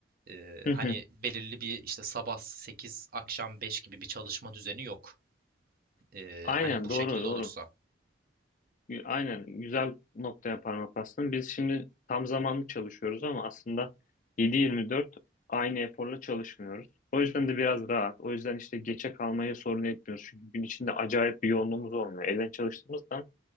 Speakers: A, on the right; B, on the left.
A: E,
B: hı
A: hani
B: hı.
A: belirli bir işte sabah 8 akşam 5 gibi bir çalışma düzeni yok. E,
B: Aynen
A: hani bu
B: doğru
A: şekilde
B: doğru.
A: olursa.
B: Y- Aynen güzel noktaya parmak bastın. Biz şimdi tam zamanlı çalışıyoruz ama aslında 7-24 aynı eforla çalışmıyoruz. O yüzden de biraz rahat. O yüzden işte geçe kalmayı sorun etmiyoruz. Çünkü gün içinde acayip bir yoğunluğumuz olmuyor. Evden çalıştığımızdan